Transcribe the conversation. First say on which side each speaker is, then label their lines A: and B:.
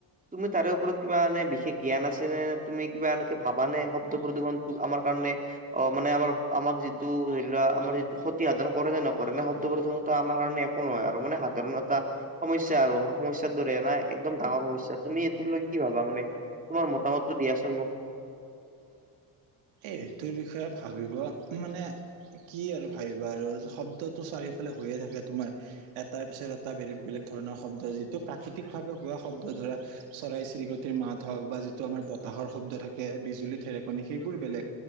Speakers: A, on the right; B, on the right.
A: তুমি তাৰে ওপৰত কিবা এনেই বিশেষ জ্ঞান আছে নে নে তুমি কিবা এনেকে ভাবা নে শব্দ প্ৰদূষণটো আমাৰ কাৰণে অ মানে আমাৰ আমাক যিটো ধৰি লোৱা আমাৰ যিটো ক্ষতি সাধন কৰে নে নকৰে নে শব্দ প্ৰদূষণ টো আমাৰ কাৰণে একো নহয় আৰু মানে সাধাৰণ এটা সমস্যা আৰু সমস্যাৰ দৰে এনা একদম ডাঙৰ সমস্যা তুমি এইটো লৈ কি ভাবা মানে তোমাৰ মতামতটো দিয়াচোন মোক
B: এইটোৰ বিষয়ে ভাবিব মানে কি আৰু ভাবিবা আৰু শব্দটো চাৰিওফালে হৈয়ে থাকে তোমাৰ এটাৰ পিছত এটা বেলেগ বেলেগ ধৰণৰ শব্দ যিটো প্ৰাকৃতিক ভাৱে হোৱা শব্দ ধৰা চৰাই চিৰিকটিৰ মাত হওক বা যিটো আমাৰ বতাহৰ শব্দ থাকে বিজুলী ধেৰকণি সেই বোৰ বেলেগ